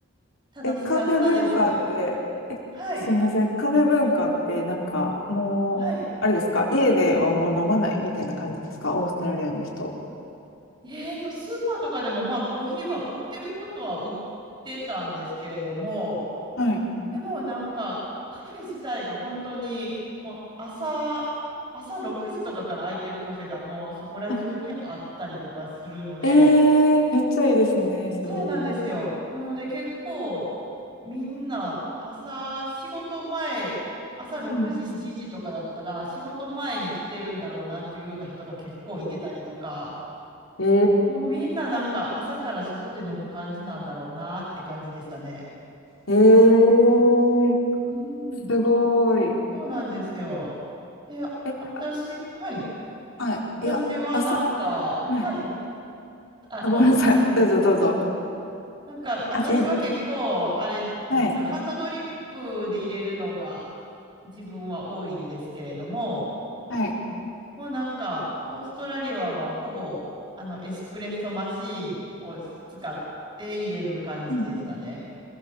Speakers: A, on the right (about 25°); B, on the left (about 70°).
A: 楽しかったです。
B: え、カフェ文化って、
A: はい。
B: すいません、カフェ文化ってなんかもう、
A: はい。
B: あれですか、家ではもう飲まないみたいな感じですか、オーストラリアの人。
A: えーと、スーパーとかでもまあコーヒーは売ってることは売ってたんですけれども、
B: はい。
A: でもなんかカフェ自体が本当にもう朝朝6時とかから空いてるカフェがもうそこら中にあったりとかするので
B: あ、ええめっちゃいいですね、それ。
A: そうなんですよなので結構みんな朝仕事前朝6時7時とかだったら仕事前に来てるんだろうなっていうような人が結構いてたりとか
B: うん。ええ
A: もうみんななんか朝から外で飲む感じなんだろうなって感じでしたね。
B: ええ
A: うん
B: すごい。
A: そうなんですよ。で、あ私、
B: え、あ
A: はい。
B: はい。
A: 私はなんか、
B: いや、朝、は
A: はい。
B: い。
A: あ、
B: あ、
A: どうぞ。
B: ごめんなさい。どうぞどうぞ。
A: なんか、私は結構、
B: あ、いい
A: あれなんですよ。
B: はい、
A: ハンドドリップで入れるのが自分は多いんですけれども、
B: はい。
A: もうなんか、オーストラリアはほぼ、あの、エスプレッソマシーンを使って入れる感じでしたね。
B: うん